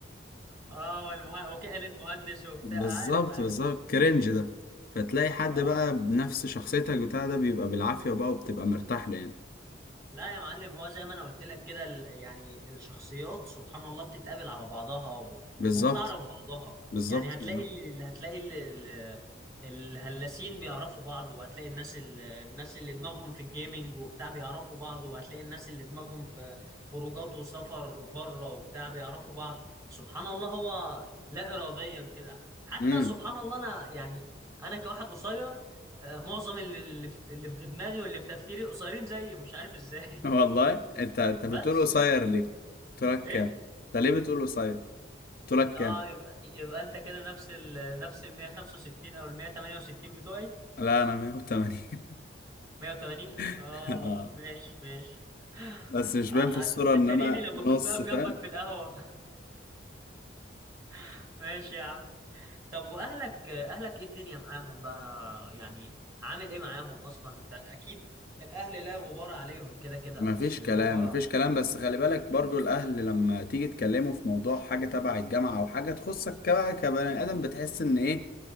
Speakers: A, on the right (about 20°); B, on the left (about 45°).
A: اه والمه... وكأن المهندس وبتاع
B: بالظبط
A: عارف عارف
B: بالظبط كرنج ده فتلاقي حد
A: اه
B: بقى بنفس شخصيتك بتاع ده بيبقى بالعافية بقى وبتبقى مرتاح له يعني
A: لا يا معلم هو زي ما انا قلت لك كده ال- يعني الشخصيات سبحان الله بتتقابل على بعضها و...
B: بالظبط
A: وبتعرف بعضها
B: بالظبط
A: يعني هتلاقي
B: بالظبط
A: اللي هتلاقي اللي ال- الهلاسين بيعرفوا بعض وهتلاقي الناس ال... الناس اللي دماغهم في الجيمينج وبتاع بيعرفوا بعض وهتلاقي الناس اللي دماغهم في خروجات وسفر بره وبتاع بيعرفوا بعض سبحان الله هو لا إراديا كده حتى
B: امم
A: سبحان الله انا يعني انا كواحد قصير آه، معظم اللي اللي في اللي في دماغي واللي في تفكيري قصيرين زيي مش عارف ازاي
B: والله انت انت
A: <laughs>
B: بتقول
A: بس
B: قصير ليه؟ قلت لك
A: ايه
B: كام؟ انت ليه بتقول قصير؟ قلت لك
A: اه
B: كام؟
A: يبقى يبقى انت كده نفس ال نفس ال 165 او ال 168 بتوعي
B: لا انا 180
A: 180 اه
B: <laughs> اه
A: ماشي ماشي <laughs>
B: بس مش باين
A: آه،
B: في الصورة
A: أت-
B: ان
A: اتريني
B: انا
A: لما
B: نص
A: كنت واقف
B: فاهم؟
A: جنبك في القهوة <laughs> ماشي يا عم طب واهلك اهلك ايه الدنيا معاهم بقى يعني عامل ايه معاهم اصلا انت اكيد الاهل لا غبار عليهم كده كده
B: مفيش
A: بس اللي
B: كلام
A: هو
B: مفيش كلام بس خلي بالك برضو الأهل لما تيجي تكلمه في موضوع حاجة تبع الجامعة أو حاجة تخصك كبقى كبني آدم بتحس إن إيه